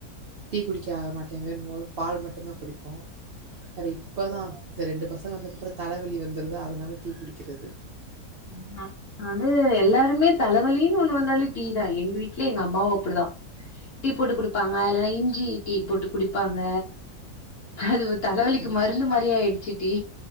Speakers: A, on the right (about 70°); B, on the left (about 60°).
A: டீ குடிக்காமாட்டே வே ஒரு பால் மட்டும்தா குடிப்போ அது இப்பதா இந்த ரெண்டு பசங்க வந்ததுக்கப்புற தலவலி வந்துருதா அதனால டீ குடிக்கிறது
B: ஆமா அது எல்லாருமே தலவலின்னு ஒண்ணு வந்தாலு டீ தா எங்க வீட்ல எங்க அம்மாவு அப்பிடிதா டீ போட்டு குடிப்பாங்க அது இல்லனா இஞ்சி டீ போட்டு குடிப்பாங்க அதுவு தலவலிக்கு
A: ஓகே
B: மருந்து மாறி ஆயிடுச்சு டீ